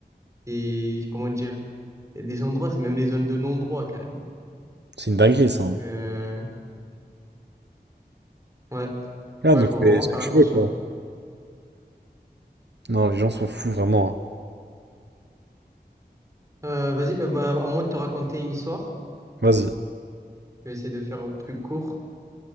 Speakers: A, on the right; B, on the right.
A: qui- Comment dire? Il y a des endroits, c'est même des zones de non-droit, carrément.
B: c'est une dinguerie ça.
A: Donc,
B: hein.
A: euh, ouais,
B: Ah,
A: ouais,
B: donc
A: faut
B: fais
A: vraiment
B: ce
A: faire
B: que tu
A: attention.
B: veux, quoi. Non, les gens sont fous, vraiment.
A: Euh, vas-y, bah, bah, à moi de te raconter une histoire.
B: hein. Vas-y.
A: Je vais essayer de faire au plus court.